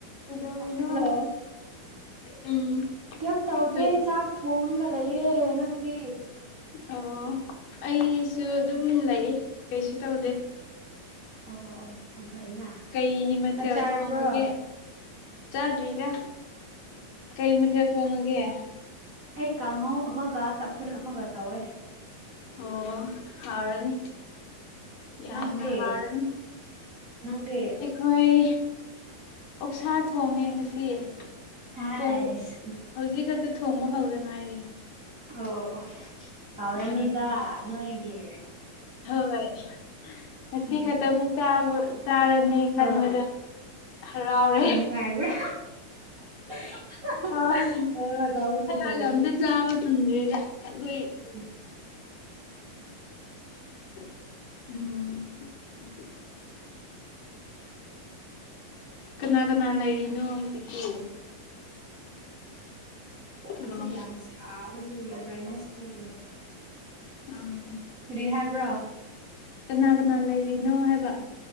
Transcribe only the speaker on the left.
ꯀꯩꯗꯧꯔꯤꯅꯣ
ꯎꯝ
ꯀꯩ
ꯑꯣ ꯑꯩꯁꯨ ꯑꯗꯨꯝ ꯂꯩ ꯀꯩꯁꯨ ꯇꯧꯗꯦ
ꯀꯩ ꯃꯊꯦꯜ
ꯊꯣꯡꯉꯒꯦ ꯆꯥꯗ꯭ꯔꯤꯗ ꯀꯩ ꯃꯊꯦꯜ ꯊꯣꯡꯉꯒꯦ
ꯑꯣ ꯐꯔꯅꯤ ꯌꯥꯝꯅ
ꯍꯥꯔ
ꯍꯣꯏ ꯑꯣꯛꯁꯥ ꯊꯣꯡꯉꯦ ꯉꯁꯤ
ꯊꯕ ꯍꯧꯖꯤꯛ ꯈꯛꯇ ꯊꯣꯡꯕ ꯍꯧꯗ ꯉꯥꯏꯔꯤ
ꯑꯥ
ꯍꯣꯏ ꯉꯁꯤ
ꯈꯛꯇꯃꯨꯛ ꯆꯥꯔꯅꯤ ꯈꯟꯕꯗ
ꯔꯥꯎ ꯔꯦ
ꯍꯣꯏ
ꯁꯥꯔꯒ
ꯑꯝꯇ ꯆꯥꯕ ꯐꯪꯗ꯭ꯔꯦꯗ ꯑꯩꯈꯣꯏ
ꯎꯝ ꯀꯅꯥ ꯀꯅꯥ ꯂꯩꯔꯤꯅꯣ ꯍꯧꯖꯤꯛꯀꯤ
ꯑꯣ
ꯎꯝ
ꯀꯅꯥ ꯀꯅꯥ ꯂꯩꯔꯤꯅꯣ ꯍꯥꯏꯕ